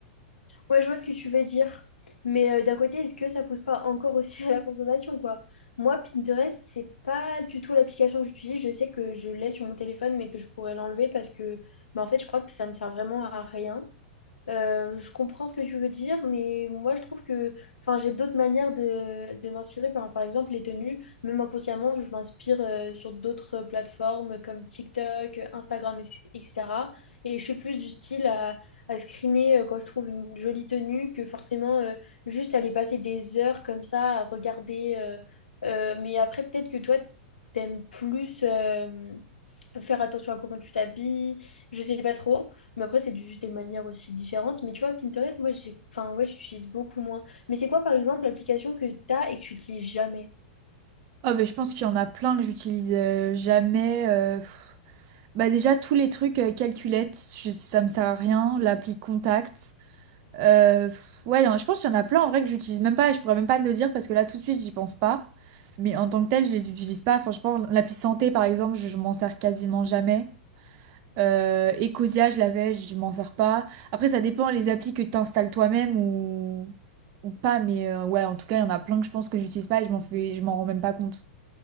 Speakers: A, on the left; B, on the right.
A: Ouais, je vois ce que tu veux dire. Mais euh, d'un côté, est-ce que ça pousse pas encore aussi <laughs> à la consommation, quoi? Moi, Pinterest, c'est pas du tout l'application que j'utilise. Je sais que je l'ai sur mon téléphone, mais que je pourrais l'enlever parce que, bah, en fait, je crois que ça me sert vraiment à rien. Euh, je comprends ce que tu veux dire, mais moi je trouve que enfin, j'ai d'autres manières de, de m'inspirer. Par, par exemple, les tenues, même inconsciemment, je m'inspire euh, sur d'autres plateformes comme TikTok, Instagram, et- etc. Et je suis plus du style à, à screener euh, quand je trouve une jolie tenue que forcément euh, juste aller passer des heures comme ça à regarder. euh, euh, mais après, peut-être que toi, t'aimes plus. euh, faire attention à comment tu t'habilles, je sais pas trop, mais après c'est du- des manières aussi différentes, mais tu vois Pinterest, moi j'ai enfin ouais, j'utilise beaucoup moins. Mais c'est quoi par exemple l'application que t'as et que tu utilises jamais?
B: Ah bah, je pense qu'il y en a plein que j'utilise euh, jamais. euh, pff. Bah déjà, tous les trucs euh, calculettes, je- ça me sert à rien. L'appli Contact. Euh, pff, ouais, y en- je pense qu'il y en a plein en vrai que j'utilise même pas et je pourrais même pas te le dire parce que là tout de suite j'y pense pas. Mais en tant que tel, je les utilise pas. Franchement, l'appli santé par exemple, je, je m'en sers quasiment jamais. Euh, Ecosia, je l'avais, je m'en sers pas. Après, ça dépend les applis que tu installes toi-même ou... ou pas. Mais euh, ouais, en tout cas, il y en a plein que je pense que j'utilise pas et je m'en fais... je m'en rends même pas compte.